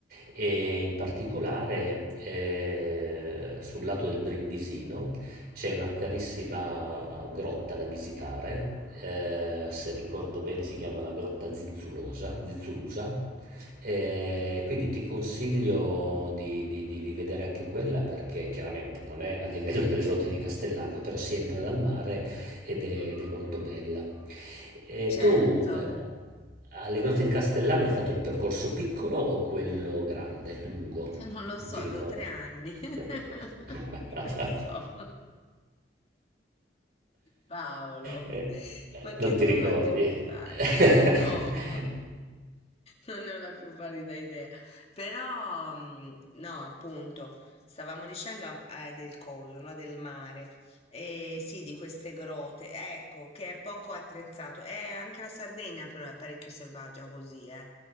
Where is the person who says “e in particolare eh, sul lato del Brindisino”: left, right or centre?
Right